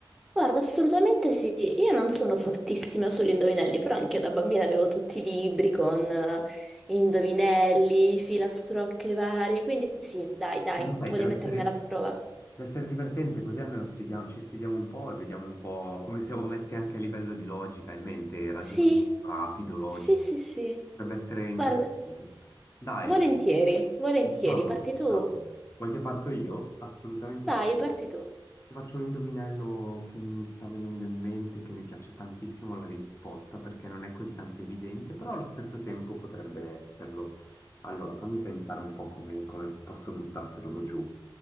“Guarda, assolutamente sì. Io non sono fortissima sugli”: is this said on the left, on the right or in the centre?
Centre